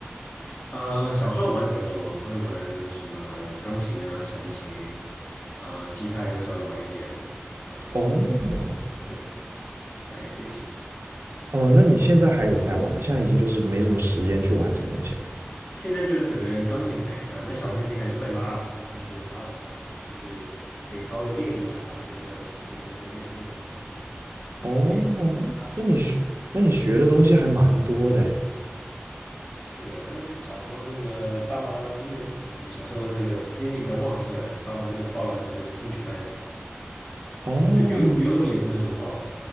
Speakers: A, on the left; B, on the right.
A: 呃，小时候玩比较多，会玩什么钢琴啊、小提琴，呃，吉他也会稍微玩一点，呃，
B: 哦，我
A: 对，大概这一些。
B: 哦，那你现在还有在玩吗？现在已经就是没什么时间去玩这个东西了。
A: 现在就是可能钢琴弹一下，那小提琴还是会拉了，但是就是拉的不好，可能就是得稍微练一下，把那个基本功再练练起来就可以了。
B: 哦，
A: 练得拉的少，
B: 那那你学那你学的东西还蛮多的诶
A: 是因为小时候那个爸妈盯得紧嘛，你小时候那个精力比较旺盛，爸妈就报了很多这个兴趣班，
B: 哦
A: 就游游泳也是那时候报的，